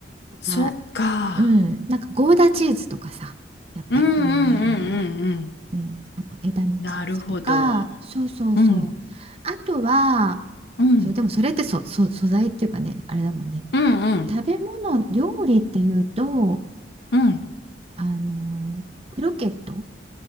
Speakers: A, on the left; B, on the right.
A: そっか。
B: あ、うん、なんかゴーダチーズとかさ、やっぱり有名なのは。
A: うんうんうんうんうん。
B: うん、あとエダムチーズとか、
A: なるほど。
B: そうそうそう。
A: うん、
B: あとは、
A: うん、
B: そう、でもそれってそ、そ、素材っていうかね、あれだもんね。
A: うんうん
B: 食べ物、料理っていうと、
A: うん。
B: あの、クロケット、